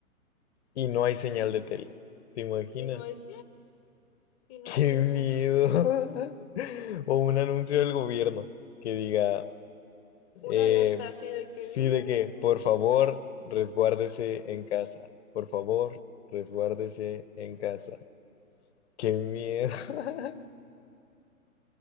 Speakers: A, on the left (about 50°); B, on the left (about 20°).
A: Y no hay señal de tele. ¿Te imaginas?
B: Y no hay,
A: <laughs>
B: y no
A: ¡Qué
B: hay señal.
A: miedo! <laughs> O un anuncio del gobierno que diga,
B: Una
A: eh,
B: alerta así de que,
A: sí,
B: "Uh".
A: de que, por favor, resguárdese en casa. Por favor, resguárdese en casa. ¡Qué miedo! <laughs>